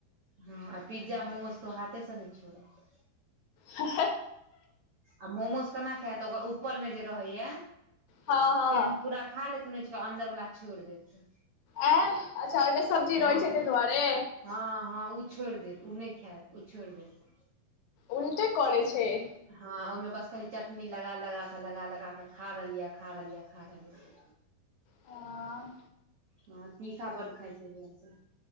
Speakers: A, on the right; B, on the left.
A: हँ आ पिज्जा मोमोज तओ हाथ से नय छोड़त
B: हँ
A: आ मोमोज कना खैत ओकर ऊपर मे जे रहैया
B: हँ हँ
A: से पूरा खा लेत नोइचके अन्दर वला छोइड़ देत।
B: एँ अच्छा ओयमे सब्जी
A: हँ
B: रहै छैय तय दुआरे।
A: हँ- हँ उ छोइड़ देत उ नै खैत उ छोइड़ देत।
B: उलटे करय छैय।
A: हँं ओयमे बस कनि चटनी लगा- लगा क लगा- लगा क खा रहलिया, खा रहलिया, खा रहलिया।
B: हँ
A: हँ तीखा बड खाय छैय बौआ सब।